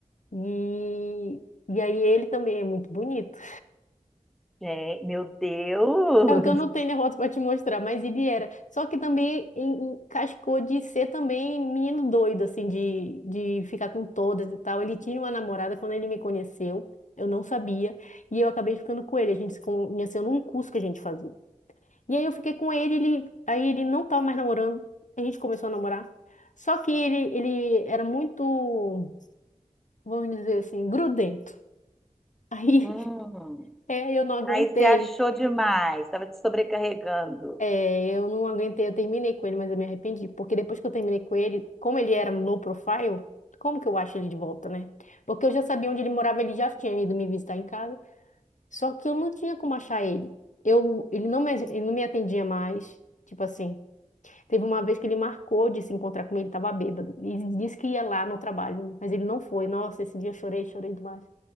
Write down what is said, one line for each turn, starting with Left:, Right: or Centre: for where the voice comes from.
Left: E, e aí ele também é muito bonito.
Centre: É, meu Deus!
Left: É porque eu não tenho derrota pra te mostrar, mas ele era. Só que também en- encascou de ser também menino doido, assim, de, de ficar com todas e tal. Ele tinha uma namorada quando ele me conheceu, eu não sabia, e eu acabei ficando com ele. A gente se conheceu num curso que a gente fazia. E aí eu fiquei com ele, ele, aí ele não tava mais namorando, a gente começou a namorar. Só que ele, ele era muito, vamos dizer assim, grudento. Aí
Centre: Hum.
Left: <laughs> é, eu não aguentei.
Centre: Aí você achou demais, estava te sobrecarregando.
Left: É, eu não aguentei, eu terminei com ele, mas eu me arrependi. Porque depois que eu terminei com ele, como ele era low profile, como que eu acho ele de volta, né? Porque eu já sabia onde ele morava, ele já tinha ido me visitar em casa. Só que eu não tinha como achar ele. Eu, ele não me, ele não me atendia mais. Tipo assim, teve uma vez que ele marcou de se encontrar comigo, ele tava bêbado. E disse que ia lá no trabalho, mas ele não foi. Nossa, esse dia eu chorei, chorei demais.